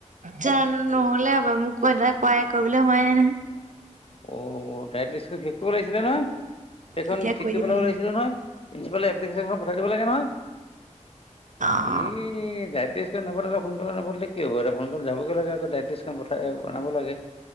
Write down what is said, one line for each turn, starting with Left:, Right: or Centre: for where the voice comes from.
Right: জানো নহ'লে হপাই মোক ক এটাই কোৱাই কৰিবলৈ কোৱাই নাই নহয়
Left: অ ডাইট লিষ্টখন শেষ কৰিব লাগিছিলে নহয় সেইখন
Right: এতিয়া
Left: ঠিক কৰি
Right: দিব
Left: পেলাব
Right: লাগিব
Left: লাগিছিলে নহয় প্ৰিঞ্চিপাললে এপ্লিকেশ্বন খন পঠাই দিব লাগে নহয়
Right: আক
Left: এই এই ডাইট লিষ্টখন নপথালে সোনকালে নপথালে কি হব দেখোন সোনকালে যাবগে লাগে আক ডাইট লিষ্টখন পঠাই বনাব লাগে